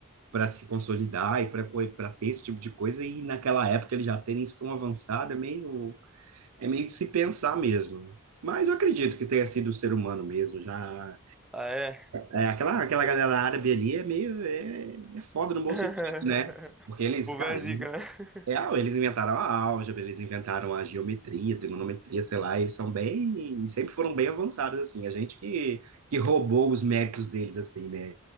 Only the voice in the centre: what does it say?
Ah, é?
<laughs>
O Povo
é zica,
né? <laughs>